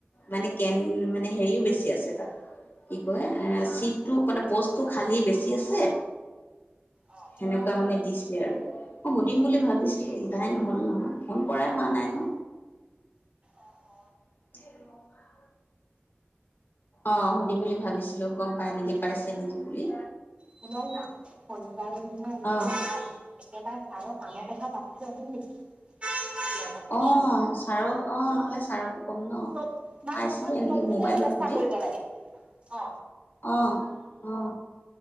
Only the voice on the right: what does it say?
অঁ
অ-অ।
শুনকনা শনিবাৰৰ দিনা আমি
যে যাম, একেবাৰে তায়ক কামৰ কথা পাতি থৈ আহিম নেকি? লগতে
চব মানে
মোৰ ধৰণে
চবপিনে
চেষ্টা
কৰিব লাগে অ